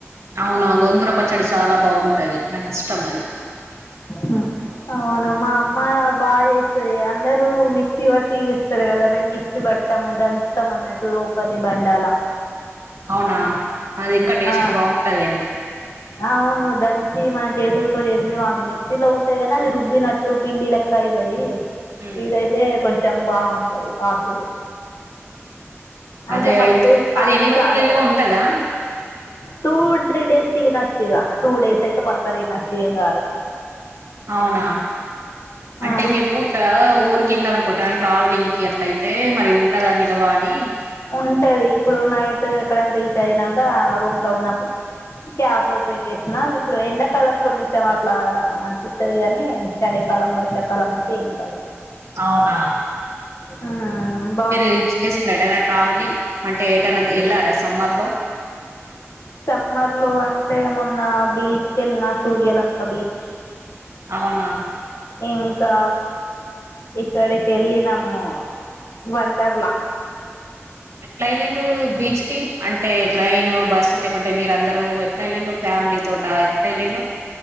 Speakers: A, on the right (about 70°); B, on the left (about 85°).
A: అవునా గోంగూర పచ్చడి చాలా బాగుంటది, నాకు ఇష్టం అది.
B: హుమ్ అవును మామ్ మా బాగా చేస్తది, అందరూ మిక్సీ బట్టి చేస్తారు కదా, మేము మిక్సీ పట్టాము దంచుతాం అన్నట్టు. రోకలీ బండాలా
A: అవునా, అది ఇంకా టేస్ట్
B: ఆ
A: బావుంటదేమో.
B: అవును దంచి మన చేతులతో చేసింది, మాక్ మిక్సీలో ఉంటది కానీ అది రుబ్బినట్ ట్టు పిండిలెక్క అయితది.
A: మ్మ్
B: ఇదైతే కొంచెం బావుంటది ఆకులు. అంటే
A: అదే
B: ఫస్ట్
A: అయితే
B: కాల్చాలే.
A: అది ఎన్ని రోజులు నిల్వ ఉంటదా
B: టూ, త్రీ డేస్ తినచ్చు ఇగా, టూ డేస్ అయితే పక్క తినచ్చు ఏం కాదు.
A: అవునా, అంటే
B: ఆ
A: మేము ఇట్లా ఊరి కేళ్దాం కుటాన్ ట్రావెలింగ్ కి అట్ల అయితే మరి ఉంటదాని నిలవా అని.
B: ఉంటది, ఇప్పుడు నైట్ ఎక్కడైనా రీచ్ అయినంక ఆ రూమ్ లో ఉన్నప్పుడు. క్యాబ్ ఓపెన్ జేసినా, అది ఇప్పుడు ఎండాకాలం కొంచెం అట్లా అనిపిస్తది గని, చలికాలం, వర్షాకాలం అయితే ఏం కాదు.
A: అవునా
B: హమ్మ్
A: మీరు ఈద్ చేసినర్రా ఎటైన ట్రావెలింగ్, అంటే ఏటైనా ఎళ్ళారా సమ్మర్ లో.
B: సమ్మర్ లో అంటే, మొన్న బీచ్ కేళ్ళిన సూర్యలంక బీచ్.
A: అవునా.
B: ఇంకా ఇక్కడికి వెళ్ళినమ్ము వండార్లా
A: ఎట్లా వెళ్ళిండ్ర బీచ్ కి అంటే ట్రైన్ బస్సు లేకుంటే మీరు అందరుూ ఎట్లా ఎళ్ళి్రు ఫ్యామిలీ తోట ఎట్లా ఎల్లిండ్రు